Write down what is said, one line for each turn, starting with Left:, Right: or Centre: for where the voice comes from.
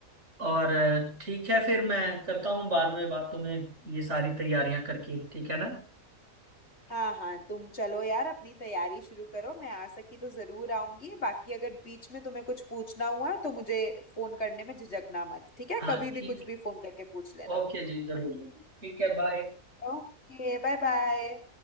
Right: और अ, ठीक है फिर मैं करता हूँ बाद में बात तुम्हें ये सारी तैयारियां करके ठीक है ना
Left: हाँ हाँ तुम चलो यार अपनी तैयारी शुरू करो मैं आ सकी तो जरूर आऊंगी बाकी अगर बीच में तुम्हें कुछ पूछना हुआ तो मुझे फोन करने में झिझकना मत ठीक है
Right: हाँ
Left: कभी भी
Right: ठीक
Left: कुछ भी फोन करके पूछ लेना
Right: ओके जी जरूर जरूर। ठीक है बाय
Left: Okay bye bye